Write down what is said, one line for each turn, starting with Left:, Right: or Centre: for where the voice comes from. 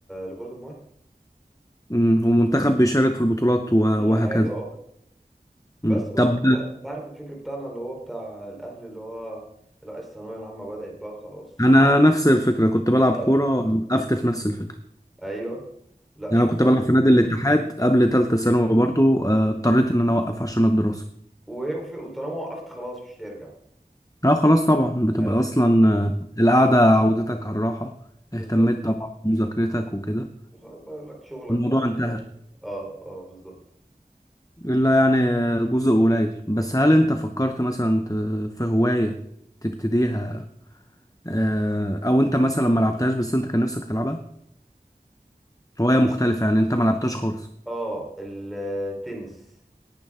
Centre: لكرة المية
Left: مم. ومنتخب بيشارك في البطولات و- وهكذا
Centre: كل حاجة اه بس
Left: مم.
Centre: بقى
Left: طب
Centre: الفكرة- انت عارف الفكر بتاعنا اللي هو بتاع الاهل اللي هو لا الثانوية العامة بدأت بقى خلاص
Left: انا
Centre: مش
Left: نفس الفكرة كنت بلعب
Centre: اه
Left: كورة وقفت في نفس الفكرة
Centre: ايوه لا
Left: يعني
Centre: شوف
Left: انا
Centre: بقى
Left: كنت بلعب في نادي الاتحاد قبل تالتة ثانوي برضو آه، اضطريت ان انا اوقف عشان الدراسة
Centre: وف- وطالما وقفت خلاص مش هترجع
Left: اه خلاص طبعا بتبقى
Centre: ايوه
Left: اصلا آه، القعدة عودتك على الراحة
Centre: بالظبط
Left: اهتميت طبعا بمذاكرتك وكده
Centre: وخلاص بقى يقول لك شغلك
Left: الموضوع
Centre: بقى
Left: انتهى
Centre: وحالك اه اه بالظبط
Left: إلا يعني جزء قليل بس هل أنت فكرت مثلا ت- في هواية تبتديها آه، أو أنت مثلا ما لعبتهاش بس أنت كان نفسك تلعبها هواية مختلفة يعني أنت ما لعبتهاش خالص
Centre: اه التنس